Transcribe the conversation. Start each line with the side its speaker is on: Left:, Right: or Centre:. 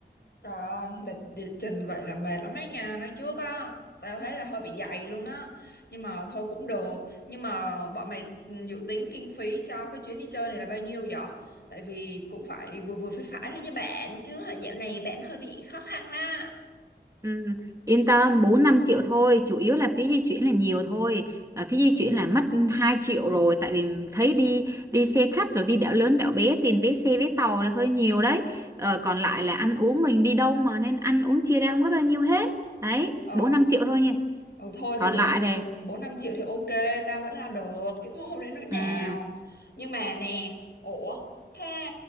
Left: trời ơi lịch địa trình vậy là mệt lắm đấy nha nói trước á tao thấy là hơi bị dày luôn á nhưng mà thôi cũng được nhưng mà bọn mày ừ, dự tính kinh phí cho cái chuyến đi chơi này là bao nhiêu vậy tại vì cũng phải vừa vừa phải phải thôi nha bạn chứ hả dạo này bạn hơi bị khó khăn á
Right: Ừ, yên tâm 4 5 triệu thôi, chủ yếu là phí di chuyển là nhiều thôi. À, phí di chuyển là mất 2 triệu rồi tại vì thấy đi đi xe khách rồi đi đảo lớn đảo bé tiền vé xe vé tàu là hơi nhiều đấy. Ờ, còn lại là ăn uống mình đi đâu mà nên ăn uống chia ra không có bao nhiêu hết. Đấy,
Left: Ồ.
Right: 4 5 triệu thôi nha.
Left: ừ thôi
Right: Còn
Left: thì bốn
Right: lại thì
Left: bốn năm triệu thì ok tao vẫn lo được chứ không không đến nỗi nào
Right: ừ,
Left: nhưng mà nè ủa thế